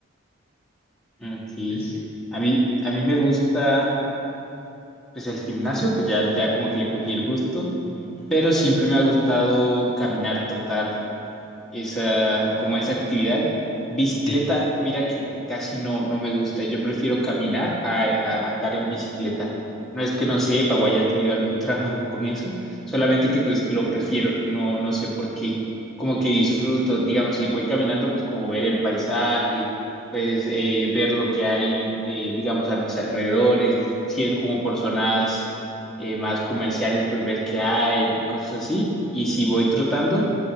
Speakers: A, in the centre; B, on the left.
A: Ok.
B: Eh, Sí,
A: A mí, a mí me gusta pues el gimnasio, pues ya, ya como que le cogí el gusto,
B: mm,
A: pero siempre me ha gustado caminar, trotar, esa, como esa actividad. Bicicleta,
B: sí,
A: mira que, que casi no, no me gusta. Yo prefiero caminar a, a andar en bicicleta. No es que no sepa o haya tenido algún <laughs> trabajo con eso, solamente que pues lo prefiero. No, no sé por qué. Como que disfruto, digamos, si voy caminando, pues como ver el paisaje, pues eh, ver lo que hay, eh, digamos, a los alrededores. Si es como por zonas eh, más comerciales, pues ver qué hay y cosas así. Y si voy trotando,